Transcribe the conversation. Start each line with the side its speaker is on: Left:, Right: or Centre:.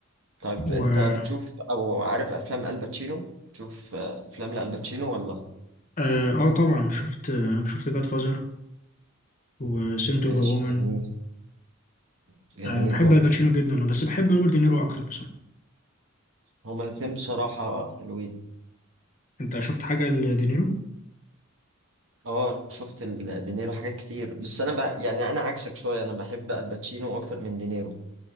Right: طيب
Left: و
Right: انت بتشوف او عارف افلام الباتشينو تشوف افلام لالباتشينو ولا
Left: اه آه، طبعا شفت آه شفت جاد فازر وسنت
Right: ماشي
Left: اوف وومن
Right: جميل جميل
Left: آه بحب
Right: برضه
Left: الباتشينو جدا بس بحب روبرت دينيرو اكتر بصراحه
Right: هما الاتنين بصراحة حلوين
Left: انت شفت حاجه لدينيرو
Right: اه شفت ال- دينيرو حاجات كتير بس انا ب... يعني انا عكسك شويه انا بحب الباتشينو اكتر من دينيرو